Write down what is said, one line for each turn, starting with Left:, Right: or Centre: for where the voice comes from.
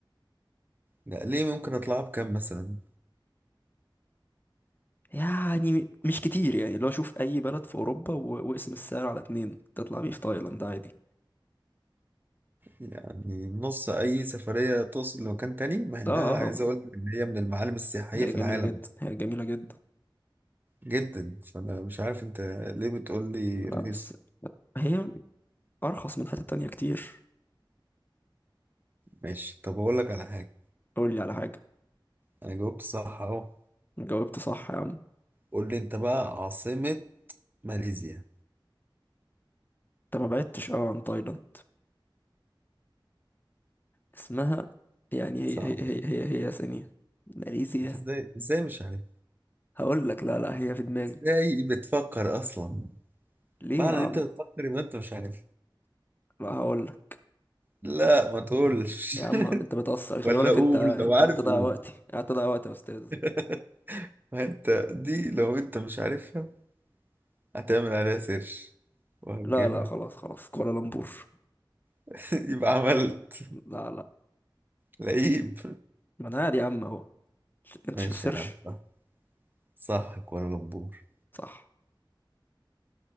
Right: لا ليه ممكن اطلعها بكام مثلا
Left: يعني مش كتير يعني لو شوف أي بلد في أوروبا و- واقسم السعر على اتنين تطلع بيه في تايلاند عادي
Right: يعني نص اي سفريه توصل لمكان تاني مع انها
Left: آه
Right: عايز
Left: آه
Right: اقول لك ان هي من المعالم السياحيه
Left: هي
Right: في
Left: جميلة
Right: العالم
Left: جدا هي جميلة جدا
Right: جدا فانا مش عارف انت ليه بتقول لي
Left: لا
Right: رخيص
Left: بس هي أرخص من حتة تانية كتير
Right: ماشي طب اقول لك على حاجه
Left: قول لي على حاجة
Right: انا جاوبت صح اهو
Left: جاوبت صح يا عم
Right: قول لي انت بقى عاصمه ماليزيا
Left: أنت ما بعدتش أوي عن تايلاند اسمها يعني هي
Right: صح
Left: هي هي هي, هي ثانية ماليزيا
Right: انت ازاي ازاي مش عارف
Left: هقول لك لا لا هي في دماغي
Right: ازاي بتفكر اصلا
Left: ليه
Right: معنى
Left: يا عم
Right: ان انت بتفكر يبقى انت مش عارف
Left: لا هقول لك
Right: لا ما تقولش
Left: يا عم
Right: <laughs>
Left: انت بتقصر خلي
Right: ولا
Left: بالك
Right: قول
Left: انت انت
Right: لو عارف
Left: قاعد تضيع
Right: قول
Left: وقتي قاعد تضيع وقتي يا استاذ
Right: <laughs> ما انت دي لو انت مش عارفها هتعمل عليها سيرش وهتجيبها
Left: لا لا خلاص خلاص كوالالمبور
Right: <laughs> يبقى عملت
Left: لا لا
Right: لعيب
Left: ما انا قاعد يا عم اهو ش- انت
Right: ماشي
Left: شايف سيرش
Right: يا عم صح صح كوالالمبور
Left: صح